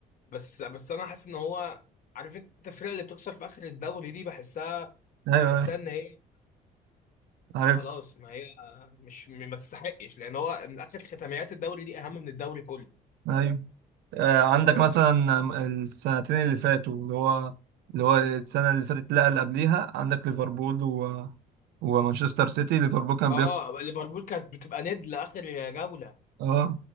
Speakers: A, on the left; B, on the right.
A: بس بس انا حاسس ان هو عارف انت الفرقه اللي بتخسر في اخر الدوري دي بحسها
B: ايوه
A: بحسها
B: ايوه
A: ان هي
B: عارف
A: خلاص ما هي مش ما تستحقش لان هو من اخر ختاميات الدوري دي اهم من الدوري كله
B: ايوه آه، عندك
A: انت فاهم؟
B: مثلا آه، السنتين اللي فاتوا اللي هو اللي هو السنه اللي فاتت لا اللي قبليها عندك ليفربول و... ومانشستر سيتي ليفربول كان
A: اه
B: بيطلع
A: ليفربول كانت بتبقى ند لاخر جوله
B: اه